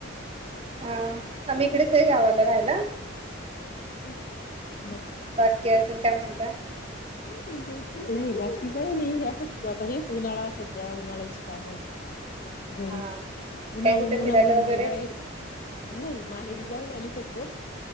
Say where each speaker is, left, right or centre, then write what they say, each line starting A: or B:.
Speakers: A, on the right; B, on the left.
A: हा आम्ही इकडेच आहे गावाात. मं राहायला.
B: <inaudible>
A: बाकी अजून काय म्हणता.
B: नही बाकी काही नाही, असंच आता हेच उन्हाळा सध्या उन्हाळ्याची कामं. घरीच
A: हां
B: उन्हा,
A: काय कुठे
B: उन्हा,
A: फिरायला
B: उन्हामुळ
A: वगैरे
B: बाहेर, नही माहेरी. जाऊन आली फक्त.